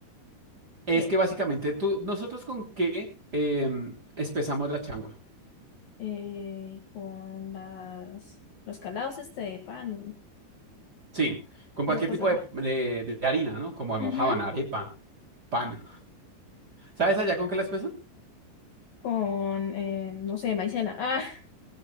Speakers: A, on the right; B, on the left.
A: Es
B: ¿Qué?
A: que básicamente tú, nosotros con qué em, espesamos la changua.
B: Eh, con las los calados este de pan,
A: Sí, con
B: esa
A: cualquier
B: cosa.
A: tipo de, de- de harina, ¿no? Como almojábana,
B: Ujú.
A: arepa, pan. ¿Sabes allá con qué la espesan?
B: Con, eh, no sé, maicena. Ah,